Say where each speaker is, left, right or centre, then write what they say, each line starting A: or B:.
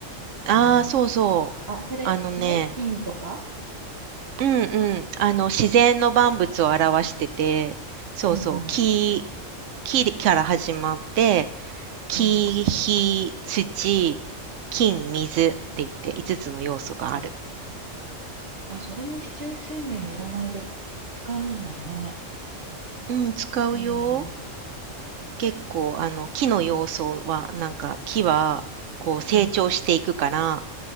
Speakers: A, on the right; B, on the right.
A: ああ、
B: あの、
A: そうそう。
B: あ、それ、
A: あのね、
B: それ金とか
A: うんうん。あの、自然の万物を表してて、そうそう。
B: うんうん、
A: 木、木から始まって、木、
B: うん。
A: 火、土、金、水って言って、5つつの要素がある。
B: あ、それも四柱推命の占いで使うんだね。
A: うん、使うよ。
B: うんうん、
A: 結構、あの、木の要素は、なんか、木は、こう、成長していくから、
B: うん、